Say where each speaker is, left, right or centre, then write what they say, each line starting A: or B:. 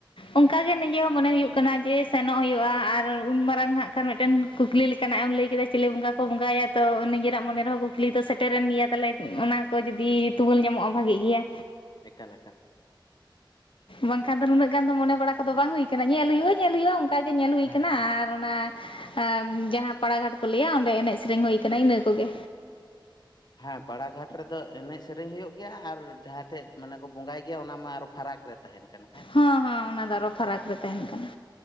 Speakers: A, on the left (about 80°); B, on the left (about 55°).
A: ᱚᱝᱠᱟ ᱜᱮ ᱱᱤᱡᱮ ᱦᱚᱸ ᱢᱚᱱᱮ ᱦᱩᱭᱩᱜ ᱠᱟᱱᱟ ᱡᱮ ᱥᱮᱱᱚᱜ ᱦᱳᱭᱳᱜᱼᱟ ᱟᱨ ᱩᱱ ᱢᱟᱨᱟᱝ ᱦᱟᱸᱜ ᱠᱷᱟᱱ ᱢᱤᱫᱴᱮᱱ ᱠᱩᱠᱞᱤ ᱞᱮᱠᱟᱱᱟᱜ ᱮᱢ ᱞᱟᱹᱭ ᱠᱮᱫᱟ ᱪᱮᱞᱮ ᱵᱚᱸᱜᱟ ᱠᱚ ᱵᱚᱸᱜᱟᱣᱟᱭᱟ ᱛᱚ ᱱᱤᱡᱮᱨᱟᱜ ᱢᱚᱱᱮ ᱨᱮᱦᱚᱸ ᱠᱩᱠᱞᱤ ᱫᱚ ᱥᱮᱴᱨᱮᱱ ᱜᱮᱭᱟ ᱛᱟᱦᱚᱞᱮ ᱚᱱᱟ ᱠᱚ ᱡᱩᱫᱤ ᱛᱩᱢᱟᱹᱞ ᱧᱟᱢᱚᱜᱼᱟ ᱵᱷᱟᱜᱮᱜ ᱜᱮᱭᱟ᱾
B: ᱮᱠᱟᱞ-ᱮᱠᱟᱞ
A: ᱵᱟᱝᱠᱷᱟᱱ ᱫᱚ ᱱᱩᱱᱟᱹᱜ ᱜᱟᱱ ᱫᱚ ᱢᱚᱱᱮ ᱵᱟᱲᱟ ᱠᱚᱫᱚ ᱵᱟᱝ ᱦᱩᱭ ᱠᱟᱱᱟ ᱧᱮᱞ ᱦᱩᱭᱩᱜᱼᱟ᱾ ᱧᱮᱞ ᱦᱩᱭᱩᱜᱼᱟ᱾ ᱚᱱᱠᱟ ᱜᱮ ᱧᱮᱞ ᱦᱩᱭ
B: ᱦᱮᱸ
A: ᱠᱟᱱᱟ ᱟᱨ ᱚᱱᱟ ᱟ ᱡᱟᱦᱟᱸ ᱯᱟᱲᱟᱜᱷᱟᱴ ᱠᱚ ᱞᱮᱭᱟ ᱚᱸᱰᱮ ᱮᱱᱮᱡ ᱥᱮᱨᱮᱧ ᱦᱩᱭ ᱠᱟᱱᱟ ᱤᱱᱟᱹ ᱠᱚᱜᱮ᱾
B: ᱦᱮᱸ ᱯᱟᱲᱟᱜᱷᱟᱴ ᱨᱮᱫᱚ ᱮᱱᱮᱡ ᱥᱮᱨᱮᱧ ᱦᱩᱭᱩᱜ ᱜᱮᱭᱟ ᱟᱨ ᱡᱟᱦᱟᱸ ᱴᱷᱮᱡ ᱢᱟᱱᱮ ᱠᱚ ᱵᱚᱸᱜᱟᱭ ᱜᱮᱭᱟ ᱚᱱᱟ ᱢᱟ ᱟᱨᱚ ᱯᱷᱟᱨᱟᱠ ᱨᱮ ᱛᱟᱦᱮᱱ ᱠᱟᱱᱟ ᱦᱮᱸ᱾
A: ᱦᱚᱸ ᱦᱚᱸ ᱚᱱᱟ ᱫᱚ ᱟᱨᱚ ᱯᱷᱟᱨᱟᱠ ᱨᱮ ᱛᱟᱦᱮᱱ ᱠᱟᱱᱟ᱾